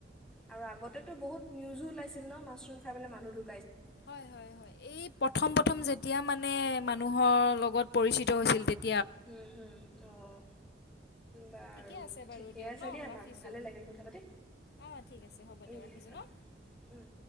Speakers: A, in the centre; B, on the left.
A: আৰু আগতেতো বহুত নি উজোৰ ওলাইছিল ন মাছৰুম খাই মানে মানুহ ঢো
B: হয় হয় হয় এই প্ৰথম প্ৰথম যেতিয়া মানে মানুহৰ লগত পৰিচিত হৈছিল তে
A: উম হুম অ' বাৰু
B: ঠিকে আছে বাৰু
A: ঠিকে
B: দিয়ক
A: আছে
B: ন
A: দিয়া
B: ৰাখিছোঁ
A: আমাৰ ভালে লাগিল কথা পাতি
B: অঁ ঠিক আছে হ'ব দিয়ক
A: দিয়া
B: ৰাখিছোঁ ন
A: অ উম